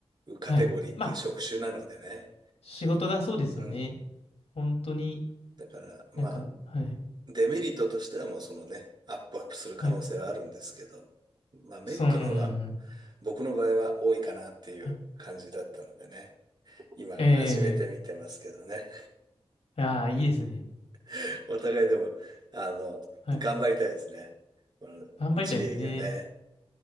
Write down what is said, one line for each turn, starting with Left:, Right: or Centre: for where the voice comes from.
Right: うカテゴリーっていう職種なのでね。
Left: はい。まあ、仕事がそうですよね。
Right: うん。
Left: 本当に、
Right: だから、まあ、
Left: なんか、はい、
Right: デメリットとしてはもうそのね、アップアップする可能性はあるんですけど、
Left: はい。
Right: まあメリットの方が
Left: そう、うんうんうん
Right: 僕の場合は多いかなっていう感じだったのでね、
Left: はい。
Right: 今始めてみてますけどね、
Left: ええ、ああ、いいですね。
Right: <laughs> お互いでも、あの、
Left: はい。
Right: 頑張りたいですね。この自営業ね。
Left: 頑張りたいですね。